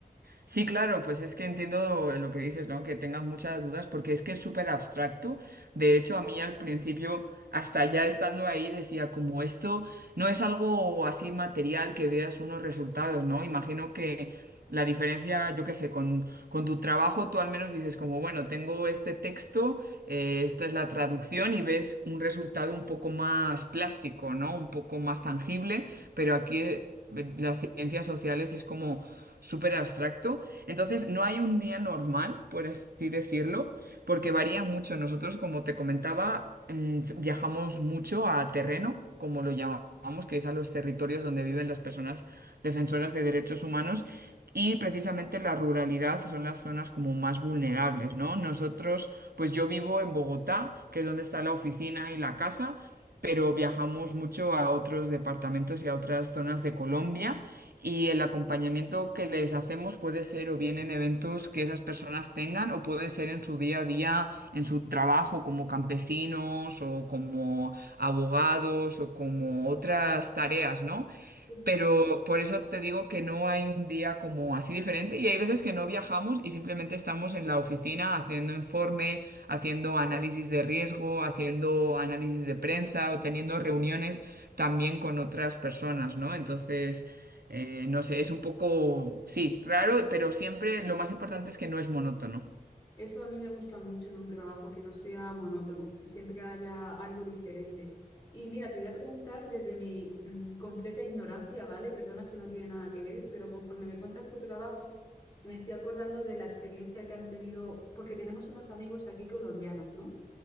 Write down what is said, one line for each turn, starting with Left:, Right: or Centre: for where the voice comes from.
Right: Sí, claro, pues es que entiendo eh, lo que dices, ¿no? Que tengas muchas dudas, porque es que es súper abstracto. De hecho, a mí al principio, hasta ya estando ahí, decía, como esto no es algo así material que veas unos resultados, ¿no? Imagino que la diferencia, yo qué sé, con, con tu trabajo, tú al menos dices, como, bueno, tengo este texto, eh, esta es la traducción y ves un resultado un poco más plástico, ¿no? Un poco más tangible, pero aquí... eh, Las ciencias sociales es como súper abstracto. Entonces, no hay un día normal, por así decirlo, porque varía mucho. Nosotros, como te comentaba, mm, viajamos mucho a terreno, como lo llamamos, que es a los territorios donde viven las personas defensoras de derechos humanos. Y precisamente la ruralidad son las zonas como más vulnerables, ¿no? Nosotros, pues yo vivo en Bogotá, que es donde está la oficina y la casa, pero viajamos mucho a otros departamentos y a otras zonas de Colombia y el acompañamiento que les hacemos puede ser o bien en eventos que esas personas tengan o puede ser en su día a día, en su trabajo como campesinos o como abogados o como otras tareas, ¿no?
Left: Ujú.
Right: Pero por eso te digo que no hay un día como así diferente y hay veces que no viajamos y simplemente estamos en la oficina haciendo informe, haciendo análisis de riesgo, haciendo análisis de prensa o teniendo reuniones también con otras personas, ¿no? Entonces, eh, no sé, es un poco, sí, raro, pero siempre lo más importante es que no es monótono.
Left: Eso a mí me gusta mucho en un trabajo, que no sea monótono, que siempre haya algo diferente. Y mira, te voy a preguntar desde mi mm, completa ignorancia, ¿vale? Perdona si no tiene nada que ver, pero conforme me cuentas tu trabajo, me estoy acordando de la experiencia que han tenido, porque tenemos unos amigos aquí colombianos, ¿no?